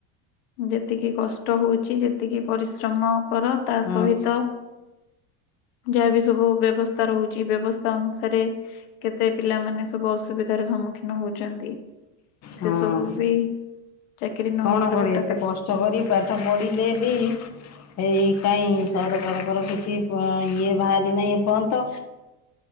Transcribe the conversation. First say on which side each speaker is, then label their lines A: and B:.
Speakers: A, on the left; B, on the left.
A: ଯେତିକି କଷ୍ଟ ହଉଛି ଯେତିକି ପରିଶ୍ରମ କର ତା
B: ହୁଁ
A: ସହିତ। ଯାହା ବି ସବୁ ବ୍ୟବସ୍ଥା ରହୁଛି ବ୍ୟବସ୍ଥା ଅନୁସାରେ। କେତେ ପିଲାମାନେ ସବୁ ଅସୁବିଧାର ସମ୍ମୁଖୀନ ହୋଉଛନ୍ତି। ସେ
B: ହଁ
A: ସବୁ
B: ହଁ
A: ବି ଚାକିରି ନହବାର
B: କଣ କରି
A: ଗୋ
B: ଏତେ କଷ୍ଟକରି ପାଠ ପଢିଲେ ବି। ଏଇ କାଇଁ ସରକାରଙ୍କର କିଛି ପଂ ଇଏ ବାହାରି ନାହିଁ ଏପନ୍ତ।